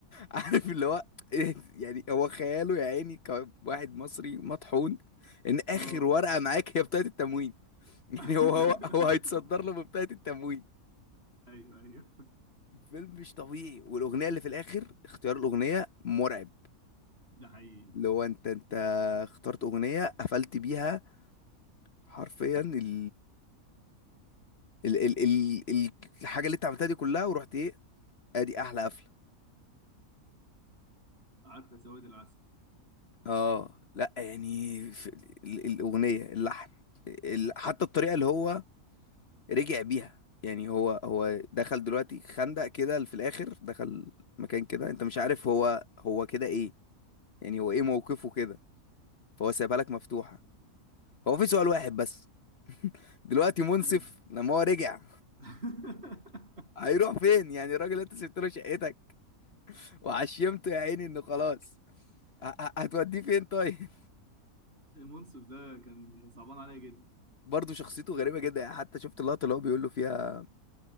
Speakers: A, on the left; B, on the right.
A: عارف اللي هو إيه يعني هو خياله يا عيني كواحد مصري مطحون ان اخر
B: اه
A: ورقة معاك هي بطاقة التموين <laughs> يعني
B: <laughs>
A: هو هو هو هيتصدر له ببطاقة التموين
B: ايوه ايوه
A: الفيلم مش طبيعي والاغنية اللي في الاخر اختيار الاغنية مرعب
B: ده حقيقي
A: اللي هو انت انت اخترت اغنية قفلت بيها حرفيا ال ال ال ال ال الحاجة اللي انت عملتها دي كلها ورحت ايه ادي احلى قفلة
B: قعدت اسود العسل
A: اه لا يعني في ال- ال- الاغنية اللحن ال- حتى الطريقة اللي هو رجع بيها يعني هو هو دخل دلوقتي خندق كده في الاخر دخل مكان كده انت مش عارف هو هو كده ايه يعني هو ايه موقفه كده فهو سايبها لك مفتوحة هو في سؤال واحد بس دلوقتي منصف
B: انهي
A: لما هو رجع
B: <laughs>
A: هيروح فين يعني الراجل انت سبت له شقتك وعشمته يا عيني انه خلاص ه- ه- هتوديه فين طيب
B: المنصف ده كان صعبان عليا جدا
A: <laughs> برضه شخصيته
B: و-
A: غريبة جدا يعني حتى شفت اللقطة اللي هو بيقول له فيها